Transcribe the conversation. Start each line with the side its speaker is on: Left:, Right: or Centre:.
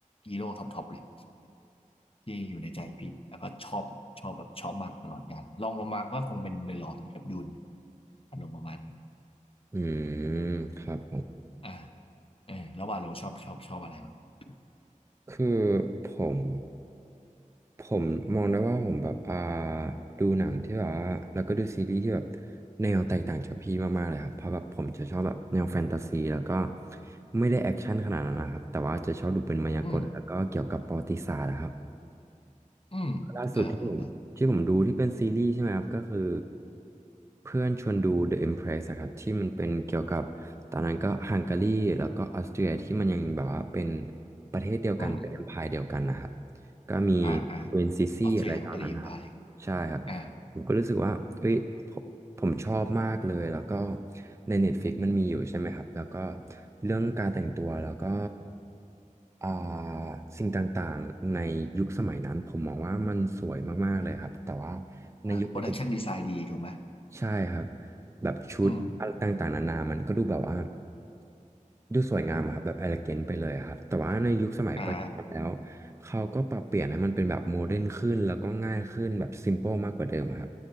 Left: ฮีโร่ท็อปๆเลยที่อยู่ในใจพี่แล้วก็ชอบชอบแบบชอบมากตลอดกาลลองลงมาก็คงเป็นเดอะลอร์ดกับดูนอารมณ์ประมาณนี้
Right: อืมครับผม
Left: อ่าเออแล้วว่าโลชอบชอบชอบอะไรวะ
Right: คือผม ผมมองได้ว่าผมแบบอ่าดูหนังที่แบบว่าแล้วก็ดูซีรีส์ที่แบบแนวแตกต่างจากพี่มากๆเลยครับเพราะแบบผมจะชอบแบบแนวแฟนตาซีแล้วก็ไม่ได้แอคชั่นขนาดนั้นนะครับแต่ว่าจะชอบดูเป็นมายากลแล้วก็เกี่ยวกับประวัติศาสตร์นะครับ
Left: อืมอืมเออเออเออ
Right: ล่าสุดที่ผมที่ผมดูที่เป็นซีรีส์ใช่ไหมครับก็คือเพื่อนชวนดู The Empress อะครับที่มันเป็นเกี่ยวกับตอนนั้นก็ฮังการีแล้วก็ออสเตรียที่มันยังแบบว่าเป็นประเทศเดียวกันเป็น
Left: อืมอืม
Right: e m ม i r e เดียวกันนะครับก็มี
Left: อ่าอ่า
Right: ควีนซิซี่อะไรตอนนั้นนะครับใช่ครับ
Left: ออสเตรียฮังการีอิมพายอ่า
Right: ผมก็รู้สึกว่าเฮ้ยผมผมชอบมากเลย แล้วก็ใน Netflix มันมีอยู่ใช่ไหมครับ แล้วก็เรื่องการแต่งตัว แล้วก็อ่าสิ่งต่างๆในยุคสมัยนั้น ผมมองว่ามันสวยมากๆเลยครับ แต่ว่าในยุคปัจจุบัน
Left: อ่าโปรดักชันดีไซน์ดีถูกไหม
Right: ใช่ครับแบบชุดอะไรต่างๆนานามันก็ดูแบบว่า
Left: อืม
Right: ดูสวยงามอะครับแบบ e l เล g a น t ไปเลยอะครับแต่ว่าในยุคสมัยปัจจุบันแล้ว
Left: อ่า
Right: เขาก็ปรับเปลี่ยนให้มันเป็นแบบโมเดิร์นขึ้นแล้วก็ง่ายขึ้นแบบ s ิมอะครพบ